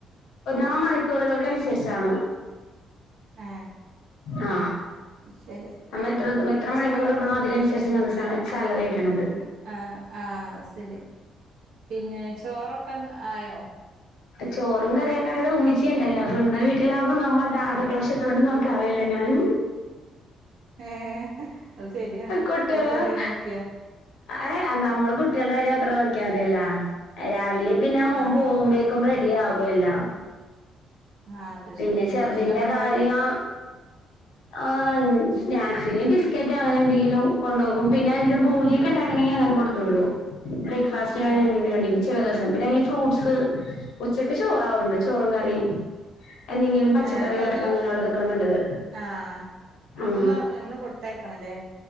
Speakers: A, on the left (about 80°); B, on the right (about 80°).
A: ആ മണിക്കൂറുകൾക്കസരിശണ്
B: ഏ
A: ആ
B: ശരി
A: നമ്മൾ എത്ര എത്ര മണിക്കൂർ
B: ചോറൊ
A: നിക്കണം അതിനനുസരിച്ച് നമ്മക്ക് സാലറി സാലറി ആയിട്ടാണ് അത്
B: ആ ആ സരി പിന്നെ ചോറൊക്കെ ആയോ
A: ചോറും കറിയൊക്കായുടെ ഉമ്മിച്ചി ഉണ്ടല്ലോ സ്വന്തം വീട്ടിലാകുമ്പോ നമ്മ അടുക്കള വശത്തോട്ട് നോക്കാറില്ല ഞാൻ
B: ഏ അത് ശരിയാ
A: കുട്ടിയോൾ
B: ഓലതി നോക്കിയാ
A: ഏ നമ്മള് കുട്ടികളുടെ കാര്യം മാത്രം നോക്കിയാൽ മതിയല്ലോ രാവിലിം പിന്നെ മോൻ
B: ആ
A: പോവുമ്പേക്കും റെഡി ആകും എല്ലാം
B: ആ അത്
A: പിന്നെ
B: ശരി
A: ചെറുതിന്റെ
B: എന്താ കൊണ്ടോവല്
A: കാര്യം ആ സ്നാക് പിന്നെ ഈ ബിസ്ക്കറ്റോ അങ്ങനെ എന്തെങ്കിലും കൊണ്ടോകും പിന്നെന്തെങ്കിലും പൂരിയൊക്കെ ഉണ്ടാക്കാണെങ്കി അങ്ങനെ കൊടുത്ത് വിടും ബ്രേക്ഫാസ്റ്റ് അങ്ങനെ
B: ഏ
A: എന്തെകിലും ഉണ്ടെങ്കി ചില ദിവസം പിന്നെ അല്ലേൽ ഫ്രുട്സ് ഉച്ചക്ക് ചോറാ കൊണ്ട് ചോറും കറിയും എന്തെങ്കിലും പച്ചക്കറി
B: ഏ അപ്പൊ
A: ഉലത്ത
B: ഇത്
A: അങ്ങനെ ഉള്ളതൊക്കെ ആണ് നല്ലത്
B: ആ
A: ആ
B: അതൊന്ന് നമ്മള് കൊടുത്തയക്കണല്ലേ